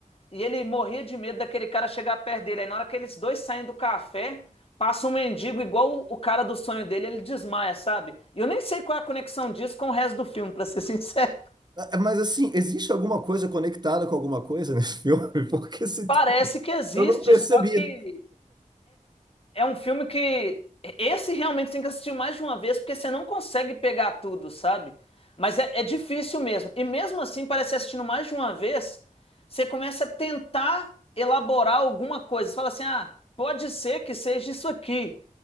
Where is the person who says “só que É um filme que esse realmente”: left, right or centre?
Left